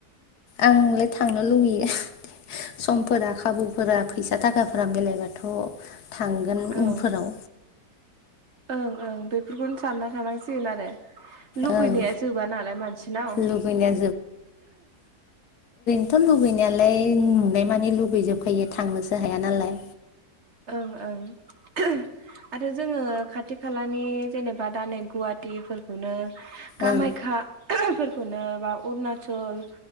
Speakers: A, on the left; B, on the right.
A: आं थांनो लुबैयो समफोरा खाबुफोरा फैसा थाखाफोरा मिलायबाथ'! थांगोन।
B: औ
A: उनफोराव
B: ओं ओं बेफोरखौनो सानना थानांसिगोन आरो। लुबैनाया
A: ओं
B: जोबा नालाय मानसिनाव
A: लुबैनाया थ' लुगैनायालाय नुनाय मानि लुगैजोबखायो थांनोसो हाया नालाय।
B: ओं ओं आरो जोङो खाथि खालानि जेनेबा दा नै गुवाहाटि नो कामाख्या
A: ओं
B: फोरखौनो बा अरुणाचल